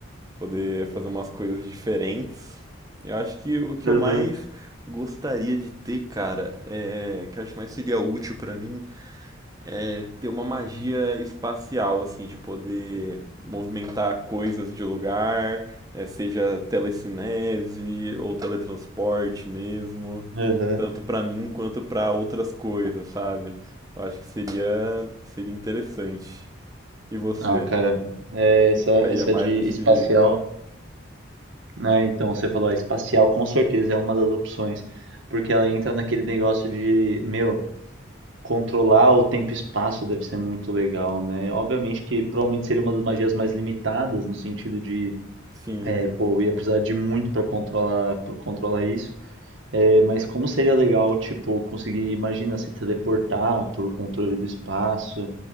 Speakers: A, on the right; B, on the right.
A: Poder fazer umas coisas diferentes. Eu acho que o que
B: Aham,
A: eu mais gostaria de ter, cara, é. Que eu acho que mais seria útil pra mim é, ter uma magia espacial, assim, de poder movimentar coisas de lugar, é, seja telecinese ou teletransporte mesmo,
B: aham.
A: tanto pra mim quanto pra outras coisas, sabe? Eu acho que seria, seria interessante. E você?
B: Ah, cara, é essa, essa
A: Caía mais
B: de
A: nesse.
B: espacial, né? Então você falou, ah, espacial com certeza é uma das opções, porque ela entra naquele negócio de, meu. Controlar o tempo e espaço deve ser muito legal, né? Obviamente que provavelmente seria uma das magias mais limitadas, no sentido de,
A: Sim.
B: é, pô, eu ia precisar de muito para controlar, pra controlar isso. É, mas como seria legal, tipo, conseguir, imagina, se teleportar por controle do espaço.